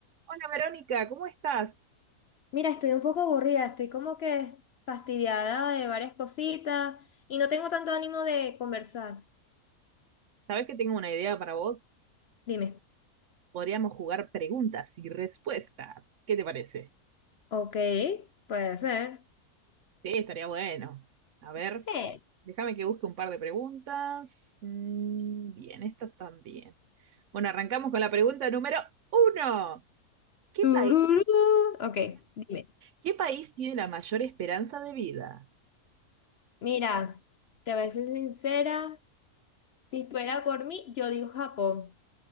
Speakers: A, on the right (about 65°); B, on the left (about 55°).
A: Hola Verónica, ¿cómo estás?
B: Mira, estoy un poco aburrida, estoy como que fastidiada de varias cositas y no tengo tanto ánimo de conversar.
A: Sabes que tengo una idea para vos.
B: Dime.
A: Podríamos jugar preguntas y respuestas. ¿Qué te parece?
B: Ok, puede ser.
A: Sí, estaría bueno. A ver,
B: Sí.
A: déjame que busque un par de preguntas. Mm, bien, estas también. Bueno, arrancamos con la pregunta número uno. ¿Qué
B: Tururú.
A: país?
B: Ok, dime.
A: ¿Qué país tiene la mayor esperanza de vida?
B: Mira, te voy a ser sincera, si fuera por mí, yo digo Japón,